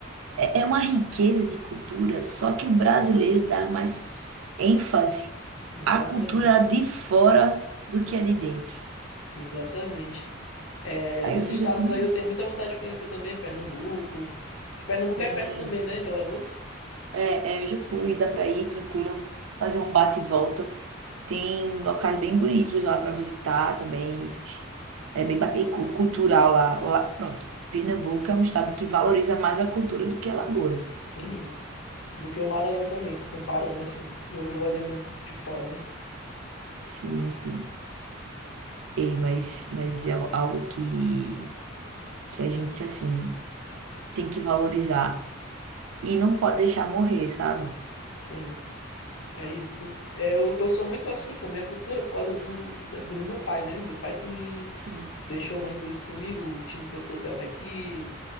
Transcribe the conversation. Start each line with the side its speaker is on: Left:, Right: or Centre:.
Right: é é uma riqueza de cultura, só que o brasileiro dá mais ênfase
Left: exatamente.
Right: à cultura de fora do que a de dentro.
Left: Exatamente. É,
Right: Aí
Left: os
Right: eu fico
Left: estados
Right: assim, meio.
Left: aí eu tenho muita vontade de conhecer também, Pernambuco. Que Pernambuco
Right: Sim,
Left: é perto também, né, de Alagoas?
Right: é, é, eu já fui, dá pra ir tranquilo, fazer um bate e volta. Tem locais bem bonitos lá pra visitar também. É bem bacana, e cu- cultural lá, lá. Pronto, Pernambuco é um estado que valoriza mais a cultura do que Alagoas.
Left: Sim. Do que o Maranhão também, se comparando assim, eu olhando de fora, né?
Right: Sim, sim. E, mas, mas é algo que, que a gente, assim, tem que valorizar e não pode deixar morrer, sabe?
Left: Sim, é isso. É, eu, eu sou muito assim com a minha cultura por causa do, da- do meu pai, né? Meu pai que me
Right: Sim,
Left: deixou muito isso comigo, o time que eu torço é daqui,